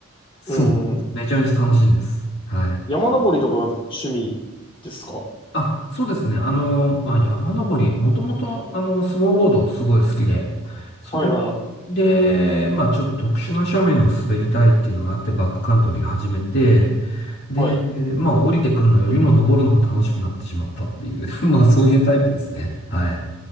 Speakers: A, on the left; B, on the left.
A: そう、
B: うん。
A: めちゃめちゃ楽しいんです。はい。
B: 山登りとかが趣味ですかは
A: あ、そうですね。あの、まあ、山登り、もともと、あの、スノーボードすごい好きで、それ
B: いはいはい。
A: で、まあ、ちょっと特殊な斜面を滑りたいっていうのがあって、バックカントリー始めて、で、
B: はい。
A: えーまあ、降りてくるのよりも登るのが楽しくなってしまったっていう、<laughs> まあ、そういうタイプですね。はい。